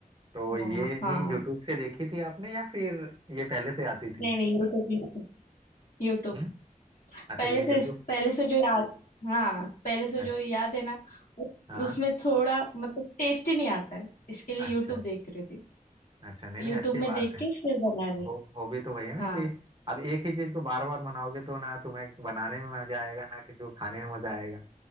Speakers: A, on the right; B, on the left.
A: तो
B: हाँ
A: ये
B: हाँ
A: भी यूट्यूब से देखी थी आपने या फिर ये पहले से आती थी
B: नहीं नहीं यूट्यूब यूट्यूब
A: हम्म अच्छा
B: पहले
A: ये
B: से
A: यूट्यूब
B: पहले से जो याद हाँ पहले से
A: अच्छा
B: जो याद है ना उस,
A: हाँ
B: उसमें थोड़ा मतलब टेस्ट ही नहीं आता है इसके लिए
A: अच्छा
B: यूट्यूब देख रही थी
A: अच्छा नहीं नहीं
B: यूट्यूब
A: अच्छी बात
B: में देख
A: है
B: के फिर बना रही
A: हो
B: हूँ।
A: हॉबी तो वही है
B: हाँ
A: ना कि अब एक ही चीज को बार बार बनाओगे तो ना तुम्हें बनाने में मजा आएगा ना किसी को खाने में मजा आएगा